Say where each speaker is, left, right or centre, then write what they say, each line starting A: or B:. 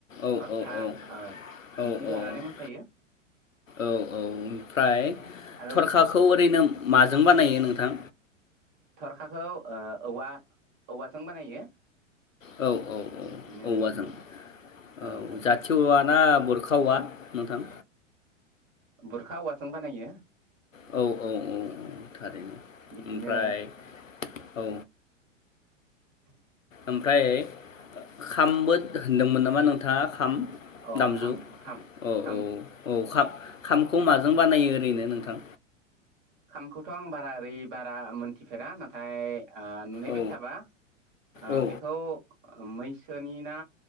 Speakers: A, on the left; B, on the right.
A: औ
B: थरखा
A: औ औ
B: ओ बिदि
A: औ
B: लानानै
A: औ
B: मोसायो
A: औ औ ओमफ्राय।
B: आरो
A: थरखाखौ ओरैनो माजों बानायो नोंथां
B: थरखाखौ ओ औवा औवाजों बानायो।
A: औ औ औ
B: बिदिनो
A: औवाजों औ
B: ओं ओं
A: जाथि औवा ना बुरखा औवा नोंथां।
B: बुरखा औवासों बानायो।
A: औ औ औ थारैनो औ
B: बिदिनो
A: ओमफ्राय औ
B: <inaudible>
A: ओमफ्राय खामबो होनदोंमोन नामा नोंथाङा खाम
B: औ
A: दामजु
B: खाम खाम
A: औ
B: खाम
A: औ औ खाब खामखौ माजों बानायो ओरैनो नोंथां?
B: खामखौथ' आं बारा ओरै बारा मोनथिफेरा नाथाय ओ नुनायबाय
A: औ
B: साबा ओ
A: औ
B: बेखौ मैसोनि ना